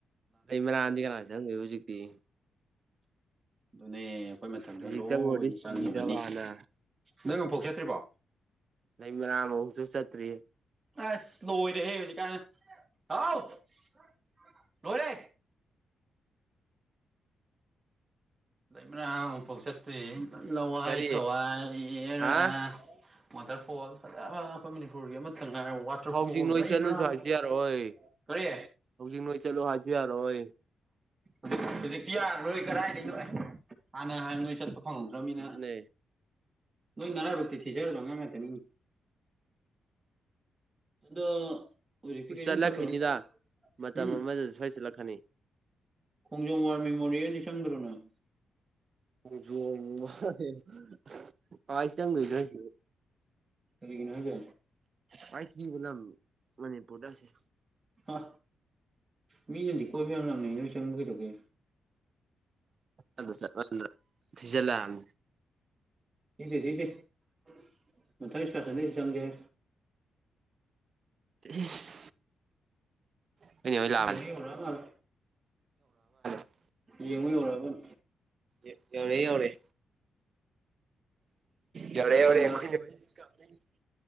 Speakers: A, on the right; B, on the right.
A: ꯂꯩꯃꯔꯥꯝꯗꯤ ꯀꯅꯥꯟ ꯆꯪꯗ‌ꯣꯏꯕ ꯍꯧꯖꯤꯛꯇꯤ
B: ꯑꯗꯨꯅꯦ ꯑꯩꯈꯣꯏ ꯃꯇꯝꯗ
A: ꯍꯧꯖꯤꯛ
B: ꯂꯣꯏꯅ
A: ꯆꯪꯉꯨꯔꯗꯤ ꯁꯤꯗꯕ
B: ꯆꯪꯉꯤꯕꯅꯤ
A: ꯍꯥꯟꯅ
B: ꯅꯪ ꯑꯝꯐꯥꯎ ꯆꯠꯇ꯭ꯔꯤꯕꯣ
A: ꯂꯩꯃꯔꯥꯝ ꯑꯃꯨꯛꯇ ꯆꯠꯇ꯭ꯔꯤ
B: ꯑꯁ ꯂꯣꯏꯔꯦꯍ‌ꯦ ꯍꯧꯖꯤꯛꯀꯥꯟ <unintelligible> ꯍꯥꯎ <unintelligible> ꯂ‌ꯣꯏꯔꯦ ꯂꯩꯃꯔꯥꯝ ꯑꯃꯨꯐꯧ ꯆꯠꯇ꯭ꯔꯤꯑꯦ ꯂꯋꯥꯏ
A: ꯀꯔꯤ
B: ꯊꯋꯥꯏ ꯌ‌ꯦꯔꯥ
A: ꯍꯥ
B: ꯋꯥꯇꯔꯐꯣꯜ ꯐꯖꯔꯕ ꯑꯉꯛꯄ ꯃꯅꯤꯄꯨꯔꯒꯤ ꯑꯃꯠꯇ ꯉꯥꯏꯔꯕ ꯋꯥꯇꯔꯐꯣꯜ
A: ꯍꯧꯖꯤꯛ ꯅꯣꯏ
B: ꯂꯩꯃꯔꯥꯝ
A: ꯆꯠꯂꯨꯁꯨ ꯍꯥꯏꯁꯨ
B: <unintelligible>
A: ꯌꯥꯔꯛꯑꯣꯏ
B: ꯀꯔꯤ <unintelligible>
A: ꯍꯧꯖꯤꯛ ꯅꯣꯏ ꯆꯠꯂꯨ ꯍꯥꯏꯁꯨ ꯌꯥꯔꯛꯑꯣꯏ
B: ꯍꯧꯖꯤꯛ ꯍꯧꯖꯤꯛꯇꯤ ꯌꯥꯔꯔꯣꯏ ꯀꯗꯥꯏꯗꯩꯅꯣ ꯑꯦ ꯍꯥꯟꯅ ꯍꯥꯟ ꯅꯣꯏ ꯆꯠꯄ ꯐꯪꯍꯧꯗ꯭ꯔꯕꯅꯤꯅ
A: ꯑꯗꯨꯅꯦ
B: ꯅꯣꯏ ꯅꯔꯥꯏꯕꯛꯇꯤ ꯊꯤꯖꯔꯕ ꯑꯉꯥꯡ ꯉꯥꯛꯇꯅꯤꯅ‌ꯦ ꯑꯗꯣ ꯍꯧꯖꯤꯛꯇꯤ ꯀꯩꯁꯨꯝ
A: ꯆꯠꯂꯛꯈꯤꯅꯤꯗ
B: ꯈꯜꯂꯨꯅꯨ
A: ꯃꯇꯝ
B: ꯎꯝ
A: ꯑꯃꯗ ꯁ‌ꯣꯏ ꯆꯠꯂꯛꯀꯅꯤ
B: ꯈꯣꯡꯖꯣꯝ ꯋꯥꯔ ꯃꯦꯃꯣꯔꯤꯌꯦꯜꯗꯤ ꯆꯪꯗ꯭ꯔ‌ꯣ ꯅ‌ꯣꯏ
A: ꯈ‌ꯣꯡꯖꯣꯝ ꯋꯥꯔ <unintelligible> ꯀꯃꯥꯏ ꯆꯪꯗꯣꯏꯅ‌ꯣ <unintelligible> ꯕꯨ
B: ꯀꯔꯤꯒꯤꯅꯣ ꯍꯥꯏꯁꯦ
A: ꯈ꯭ꯋꯥꯏ ꯊꯤꯕ ꯂꯝ ꯃꯅꯤꯄꯨꯔꯗ ꯑꯁꯦ
B: ꯍꯥ ꯃꯤꯅꯗꯤ ꯀꯣꯏꯕ ꯌꯥꯝ ꯂꯥꯛꯅꯩ ꯅꯣꯏ ꯆꯪꯕ ꯀꯩꯗꯧꯒꯦ
A: ꯑꯗ ꯆꯠꯃꯟꯗꯅ ꯊꯤꯖꯜꯂꯑꯝ
B: ꯊꯤꯗꯦ ꯊꯤꯗ‌ꯦ ꯃꯊꯪ ꯏꯁꯀꯥꯔꯁꯟꯗ ꯁꯤ ꯆꯪꯒ‌ꯦ
A: ꯏꯁ ꯈ‌ꯣꯏ ꯅ‌ꯦ ꯍ‌ꯣꯏ
B: ꯅꯣꯏ
A: ꯂꯥꯛꯑꯝ
B: ꯅꯦ ꯍꯣꯏ ꯌꯧꯔꯛꯑ ꯃꯥꯜꯂꯦ
A: <unintelligible> <unintelligible>
B: ꯌꯦꯡꯉꯨ ꯌꯧꯔꯑꯕꯟ
A: ꯑꯦ ꯌꯧꯔꯑꯦ ꯌꯧꯔ‌ꯦ ꯌꯧꯔꯑꯦ
B: ꯋꯦꯜꯀꯝ
A: ꯌꯧꯔꯑꯦ ꯈꯣꯏꯅꯦ ꯍ‌ꯣꯏ <unintelligible>